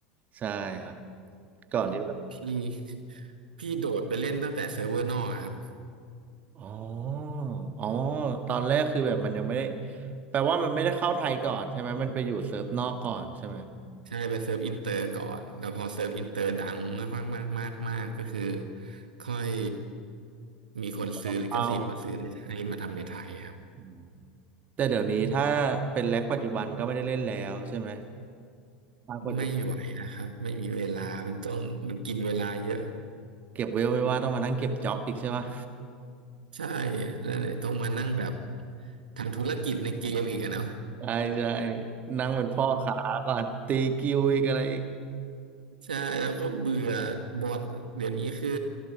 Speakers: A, on the right (about 35°); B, on the right (about 70°).
A: ใช่ครับก่อนที่แบบ
B: อืมพี่พี่โดดไปเล่นตั้งแต่เซิร์ฟเวอร์นอกอะครับ
A: อ๋ออ๋อตอนแรกคือแบบมันยังไม่ได้แปลว่ามันไม่ได้เข้าไทยก่อนใช่ไหมมันไปอยู่เซิร์ฟนอกก่อนใช่ไหม
B: ใช่ไปเซิร์ฟอินเตอร์ก่อนแล้วพอเซิร์ฟอินเตอร์ดังมากมากมากมากก็คือค่อยมีคนซื้อลิขสิทธิ์มาซื้อในไทยมาทำในไทยครับ
A: มีคนออกเข้าอืมแต่เดี๋ยวนี้ถ้าเป็นแร็กปัจจุบันก็ไม่ได้เล่นแล้วใช่ไหมภาคปัจจุบัน
B: ไม่ไหวนะครับไม่มีเวลามันต้องมันกินเวลาเยอะ
A: เก็บเวลไม่ว่าต้องมานั่งเก็บจ็อบอีกใช่ปะ
B: ใช่แล้วเนี่ยต้องมานั่งแบบทำธุรกิจในเกมอีกอะเนาะ
A: ใช่ใช่นั่งเป็นพ่อค้าก่อนตีกิวอีกอะไรอีก
B: ใช่แล้วก็เบื่อบอทเดี๋ยวนี้คือ